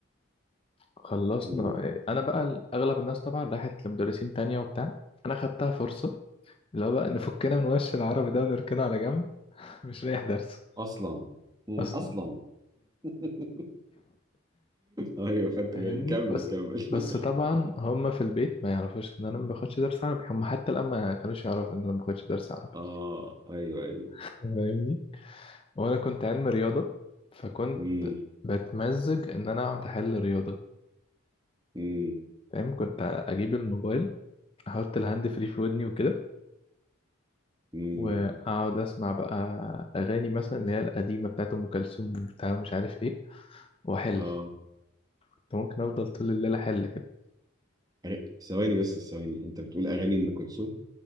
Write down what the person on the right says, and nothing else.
مم.
اصلا مم.
اصلا <laughs> ايوه خدت
بالي كمل
كمل
<laughs>
اه ايوه ايوه
امم
امم
امم
اه
أي- ثواني بس ثواني انت بتقول اغاني ام كلثوم